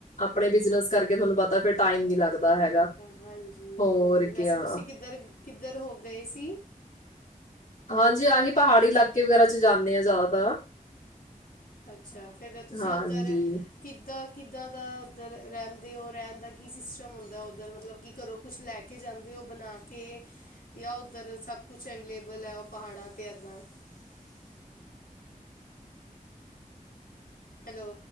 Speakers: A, on the left; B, on the left.
A: ਆਪਣੇ ਬਿਜਨਸ ਕਰਕੇ ਤੁਹਾਨੂੰ ਪਤਾ ਫਿਰ ਟਾਈਮ ਨੀ ਲੱਗਦਾ ਹੈਗਾ।
B: ਹਾਂਜੀ-ਹਾਂਜੀ,
A: ਹੋਰ ਕਿਆ।
B: ਵੈਸੇ ਤੁਸੀਂ ਕਿੱਧਰ-ਕਿੱਧਰ ਹੋ ਗਏ ਸੀ।
A: ਹਾਂਜੀ ਆਹੀ ਪਹਾੜੀ ਇਲਾਕੇ ਵਗੈਰਾ 'ਚ' ਜਾਂਣੇ ਆ ਜ਼ਿਆਦਾਤਰ
B: ਅੱਛਾ, ਫਿਰ ਤੁਸੀਂ
A: ਹਾਂਜੀ।
B: ਉੱਧਰ ਕਿੱਦਾਂ-ਕਿੱਦਾਂ ਦਾ ਉੱਧਰ ਰਹਿੰਦੇ ਹੋ ਰਹਿਣ ਦਾ ਕੀ ਸਿਸਟਮ ਹੁੰਦਾ ਉੱਧਰ ਮਤਲਬ ਕੀ ਕਰੋ ਕੁਛ ਲੈ ਕੇ ਜਾਂਦੇ ਹੋ ਬਣਾ ਕੇ, ਜਾਂ ਉੱਧਰ ਸਭ ਕੁਛ ਅਵੇਲੇਬਲ ਐ, ਉਹ ਪਹਾੜਾਂ ਅਤੇ ਇੱਦਾਂ ਹੈਲੋ।